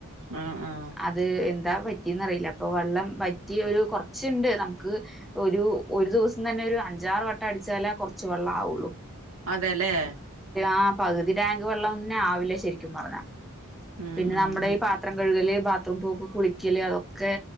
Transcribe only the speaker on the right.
ആ ആ
അതെല്ലേ
ഉം
ഉം